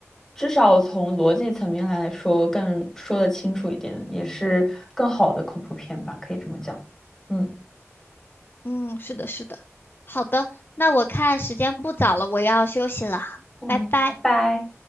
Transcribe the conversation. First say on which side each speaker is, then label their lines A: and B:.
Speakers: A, in the centre; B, on the left.
A: 至少从逻辑层面来说更说得清楚一点，也是更好的恐怖片吧，可以这么讲。嗯，
B: 嗯，是的，是的。好的，那我看时间不早了，我要休息了，
A: 喂，
B: 拜拜。
A: 拜拜。